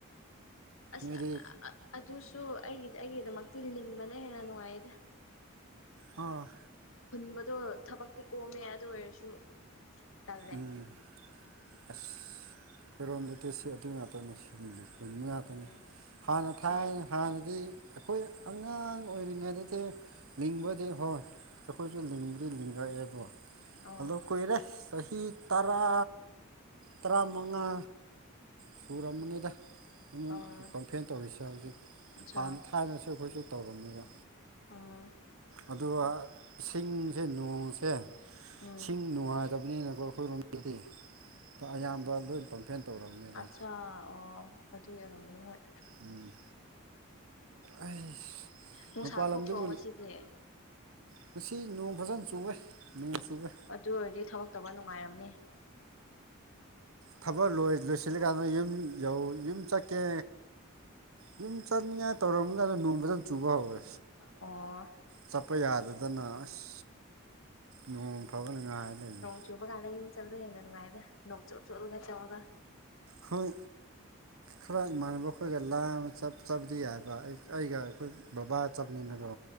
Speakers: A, on the left; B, on the right.
A: ꯑꯁ
B: ꯅꯣꯏꯗꯤ
A: ꯑꯗꯨꯁꯨ ꯑꯩꯒꯤ ꯑꯩꯒꯤꯗꯃꯛꯇꯤ ꯂꯤꯡꯕꯅ ꯍꯦꯟꯅ ꯅꯨꯡꯉꯥꯏꯗ
B: ꯑꯣ
A: ꯍꯨꯟꯕꯗꯣ ꯊꯕꯛꯇꯤ ꯀꯣꯝꯃꯦ ꯑꯗꯨ ꯑꯣꯏꯔꯁꯨ ꯇꯜꯂꯦ
B: ꯎꯝ ꯑꯁ ꯐꯤꯔꯣꯝꯗꯗꯤꯁꯤ ꯑꯗꯨ ꯉꯥꯛꯇꯅꯦ ꯍꯨꯟꯕ ꯉꯥꯛꯇꯅꯦ
A: ꯎꯝ
B: ꯍꯥꯟꯅ
A: ꯑꯆꯥ
B: ꯊꯥꯏ ꯍꯥꯟꯅꯗꯤ ꯑꯩꯈꯣꯏ ꯑꯉꯥꯡ ꯑꯣꯏꯔꯤꯉꯩꯗꯗꯤ ꯂꯤꯡꯕꯗꯤ ꯍꯣꯏ ꯑꯩꯈꯣꯏꯁꯨ ꯂꯤꯡꯕꯗꯤ ꯂꯤꯡꯉꯛꯑꯦꯕꯨ
A: ꯑꯣ
B: ꯑꯗꯤ ꯀꯨꯏꯔꯦ ꯆꯍꯤꯗꯤ ꯇꯔꯥ ꯇꯔꯥꯃꯉꯥ ꯁꯨꯔꯝꯃꯅꯤꯗ ꯑꯃꯨꯛ
A: ꯎꯝ
B: ꯀꯝꯐ꯭ꯂꯦꯟ ꯇꯧꯔꯤꯁꯦ ꯍꯧꯖꯤꯛ
A: ꯑꯆꯥ
B: ꯍꯥꯟꯅ ꯊꯥꯏꯅꯁꯨ ꯑꯩꯈꯣꯏꯁꯨ ꯇꯧꯔꯝꯃꯦꯕ
A: ꯎꯝ
B: ꯑꯗꯨꯒ ꯏꯁꯤꯡꯁꯦ ꯅꯣꯡꯁꯦ
A: ꯎꯝ
B: ꯏꯁꯤꯡ ꯅꯨꯡꯉꯥꯏꯇꯕꯅꯤꯅꯀꯣ ꯑꯩꯈꯣꯏꯔꯣꯝꯗꯗꯤ ꯑꯌꯥꯝꯕ ꯂꯣꯏ ꯄꯝꯐꯦꯟ ꯇꯧꯔꯕꯅꯦꯕ
A: ꯑꯠꯆꯥꯥ ꯑꯣ ꯑꯗꯨ ꯑꯣꯏꯔꯝꯒꯅꯤ ꯍꯣꯏ
B: ꯎꯝ ꯑꯩꯏꯁ
A: ꯅꯨꯡꯁꯥ
B: ꯃꯄꯥꯟ
A: ꯊꯣꯛꯇ꯭ꯔꯣ
B: ꯂꯝꯗꯕꯨ
A: ꯉꯁꯤꯗꯤ
B: ꯉꯁꯤ ꯅꯣꯡ ꯐꯖꯅ ꯆꯨꯏꯌꯦ ꯅꯣꯡ ꯆꯨꯏꯌꯦ
A: ꯑꯗꯨ ꯑꯣꯏꯔꯗꯤ ꯊꯕꯛꯛ ꯇꯧꯕꯥ ꯅꯨꯡꯉꯥꯏꯔꯝꯅꯤ꯫
B: ꯊꯕꯛ ꯂꯣꯏ ꯂꯣꯏꯁꯤꯜꯂꯀꯥꯟꯗ ꯌꯨꯝ ꯌꯧ ꯌꯨꯝ ꯆꯠꯀꯦ ꯌꯨꯝ ꯆꯠꯅꯤꯡꯉꯥꯏ ꯇꯧꯔꯝꯀꯥꯟꯗ ꯅꯣꯡ ꯐꯖꯅ ꯆꯨꯕ ꯍꯧꯔꯦ
A: ꯑꯣꯑꯑ
B: ꯆꯠꯄ ꯌꯥꯗꯗꯅ ꯑꯁ ꯅꯣꯡ ꯐꯕꯅ ꯉꯥꯏ ꯂꯩꯕꯅꯤ
A: ꯅꫭꯡ ꯆꯨꯝꯕ ꯀꯥꯟꯗ ꯌꯨꯝ ꯆꯠꯕꯗꯣ ꯍꯦꯟꯅ ꯅꯨꯡꯉꯥꯏꯗꯥ ꯅꯣꯛ ꯆꯣꯠ ꯆꯣꯠꯂꯒ ꯆꯠꯔꯒ
B: ꯍꯣꯏ ꯈꯔ ꯏꯃꯥꯟꯅꯕ ꯑꯩꯈꯣꯏꯒ ꯂꯥꯡꯕ ꯆꯠꯄꯗꯤ ꯌꯥꯏꯕ ꯑꯩꯒ ꯑꯩꯈꯣꯏ ꯕꯕꯥꯒ ꯆꯠꯄꯅꯤꯅꯀꯣ